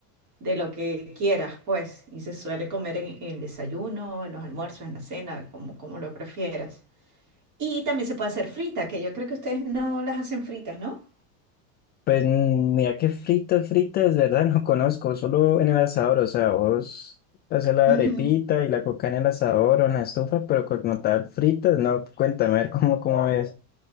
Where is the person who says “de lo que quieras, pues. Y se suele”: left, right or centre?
Right